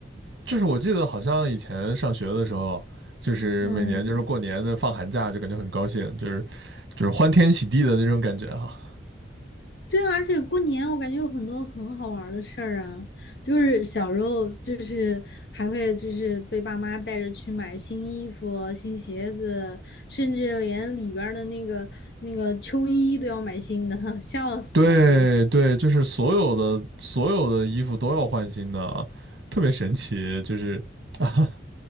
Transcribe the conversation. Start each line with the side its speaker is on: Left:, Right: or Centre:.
Right: 就是我记得好像以前上学的时候，就是每年就是过年的放寒假，
Left: 嗯。
Right: 就感觉很高兴，就是就是欢天喜地的那种感觉哈。
Left: 对啊，而且过年我感觉有很多很好玩儿的事儿啊，就是小时候就是还会就是被爸妈带着去买新衣服、新鞋子，甚至连里边儿的那个那个秋衣都要买新的，<laughs> 笑死了。
Right: 对对，就是所有的所有的衣服都要换新的啊特别神奇，就是 <laughs>。